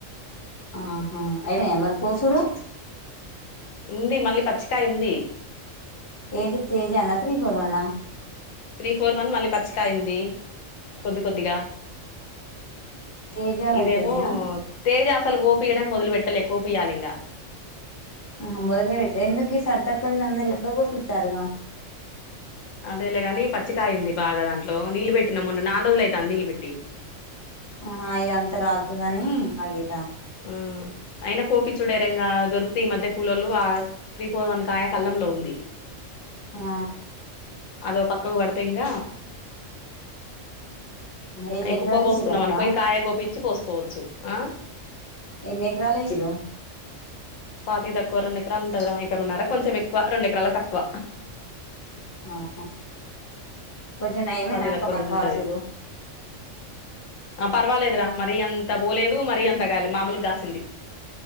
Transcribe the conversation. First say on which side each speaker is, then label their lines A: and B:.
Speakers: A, on the left; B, on the left.
A: ఆహా ఐనాయా మరి కోసుడు
B: ఉంది మళ్ళీ పచ్చికాయ ఉంది.
A: ఏంటి తేజనా త్రి ఫోర్ వన్ హా
B: త్రీ ఫోర్ వన్ మళ్ళీ పచ్చికాయ్ ఉంది కొద్ది కొద్దిగా
A: తేజాలు
B: ఇదేమో
A: అయిపోయినాయా
B: తేజా అసలు కోపియడం మోదలు పెట్టలే కోపియాలింగ
A: ఆ మొదలే పేట్లే ఎందుకి సరిత అక్కోళ్ళు అందరు ఎప్పుడో గోపితారుగా
B: అదేలేగాని పచ్చికకాయంది బాగా దాంట్లో నీళ్ళు పెట్టిన మొన్న నాలు రోజులు అవుతుంది నీళ్ళు పెట్టి
A: హ హ ఈ అంత రాళ్తదని హగి
B: ఉ అయినా కోపిచ్చుడే రా ఇంగ దొరుకుతే ఈ మధ్య కూలోళ్ళు ఆ త్రీ ఫోర్ వన్ కాయ కళ్లంలో ఉంది
A: ఆ
B: అదోక పక్కకు పడితే ఇంగ
A: ఎన్ని
B: అవి
A: ఎకరాలు
B: కుప్ప పోసుకున్నాం
A: ఏసిరక్క
B: అనుకో ఈ కాయ గోపిచ్చి పోసుకోవచ్చు ఆ
A: ఎన్ని ఏకరాలు ఏసీలు
B: పాతికి తక్కువ రెండుకరాలు ఉంటందా ఎకర ఉన్నారా కొంచెం ఎక్కువ రెండుకరాలు తక్కువ
A: ఆహ కొంచం నయమేనా
B: పాతికి
A: అక్క
B: తక్కువ రెండు
A: కాసుడు
B: ఉంటది ఆ పర్వాలేదురా మరీ అంత పోలేదు మరీ అంత గాయలే మామూలుగా కాసింది